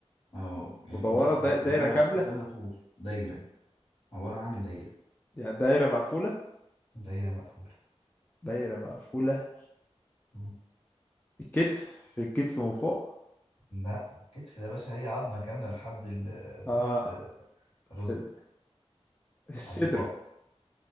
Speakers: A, on the left; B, on the left.
A: اه يعني
B: مدورة
A: كلها
B: دا- دايرة
A: كلها
B: كاملة
A: كلها طول دايرة عبارة عن دايرة
B: يعني دايرة مقفولة
A: دايرة مقفولة
B: دايرة مقفولة
A: مم.
B: الكتف في الكتف من فوق
A: لا الكتف ده يا باشا هي عظمة كاملة لحد ال...
B: اه
A: لحد رزقك
B: في في الصدر
A: عند كوعك قصدي